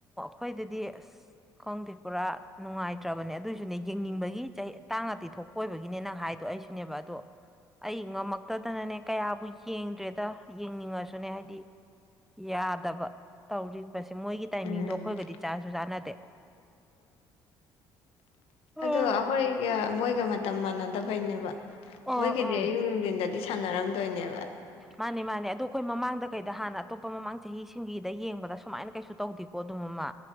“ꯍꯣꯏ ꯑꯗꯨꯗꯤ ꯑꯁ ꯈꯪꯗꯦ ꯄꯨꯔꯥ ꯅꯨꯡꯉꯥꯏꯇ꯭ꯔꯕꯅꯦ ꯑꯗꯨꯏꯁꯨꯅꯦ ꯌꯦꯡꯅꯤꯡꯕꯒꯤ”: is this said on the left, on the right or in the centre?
Centre